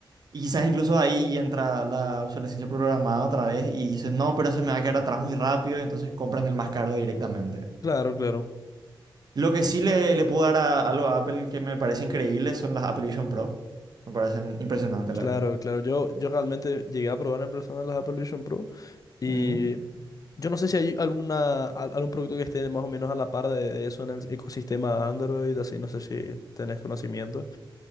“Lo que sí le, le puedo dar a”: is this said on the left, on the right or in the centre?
Right